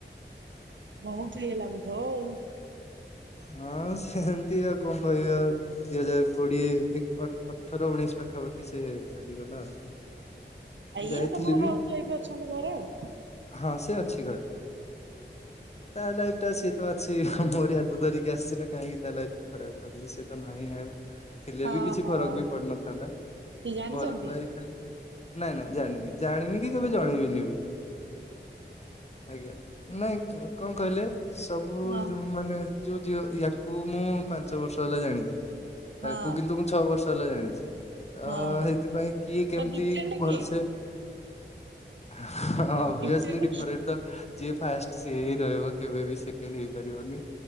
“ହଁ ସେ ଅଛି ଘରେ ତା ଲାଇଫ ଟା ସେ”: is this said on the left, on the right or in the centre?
Left